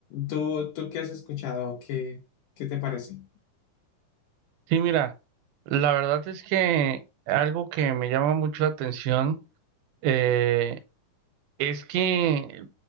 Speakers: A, on the left (about 70°); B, on the right (about 85°).
A: ¿Tú, tú qué has escuchado? ¿Qué, qué te parece?
B: Sí, mira, la verdad es que algo que me llama mucho la atención eh, es que